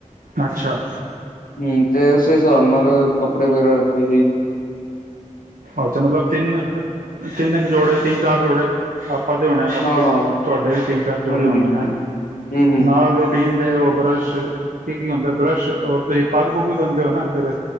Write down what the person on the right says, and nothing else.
ਅੱਛਾ
ਅੱਛਾ ਮਤਲਬ ਤਿੰਨ ਤਿੰਨ ਕ ਜੋੜੇ ਤਿੰਨ ਚਾਰ ਜੋੜੇ- ਪਾਪਾਂ ਤੇ ਹੋਣੇ ਬਾਕੀ
ਤੁਹਾਡੇ ਵੀ ਤਿੰਨ ਚਾਰ ਜੋੜੇ
ਹੋਣੇ ਹੈ।
ਨਾਲ ਰੋਟੀਨ- ਨਾਲੇ ਓ ਬਰੱਸ਼ ਕੀ ਕੀ ਹੁੰਦਾ ਬਰੱਸ਼। ਰ ਤੁਸੀਂ ਪੱਗ ਪੁੱਗ ਵੀ ਬਣਦੇ ਹੋ ਨਾ। ਫਿਰ